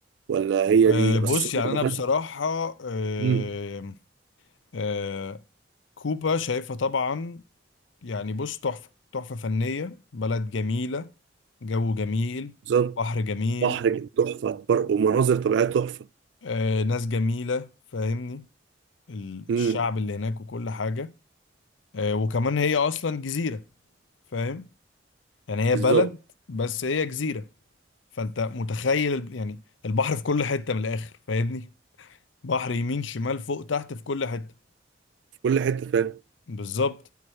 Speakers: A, on the right (about 70°); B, on the left (about 80°).
A: ولا هي
B: آه
A: دي
B: بص
A: اصلا
B: يعني
A: دخلت
B: انا بصراحة آه
A: امم
B: آه كوبا شايفها طبعا يعني بص تحفة تحفة فنية بلد جميلة جو جميل
A: بالظبط
B: بحر جميل
A: بحر تحفه بر- ومناظر طبيعيه تحفه
B: آه، ناس جميلة فاهمني ال-
A: امم
B: الشعب اللي هناك وكل حاجة آه، وكمان هي أصلا جزيرة فاهم يعني هي
A: بالظبط
B: بلد بس هي جزيرة فأنت متخيل ال- يعني البحر في كل حتة من الآخر فاهمني بحر يمين شمال فوق تحت في كل حتة
A: في كل حته فاهم
B: بالظبط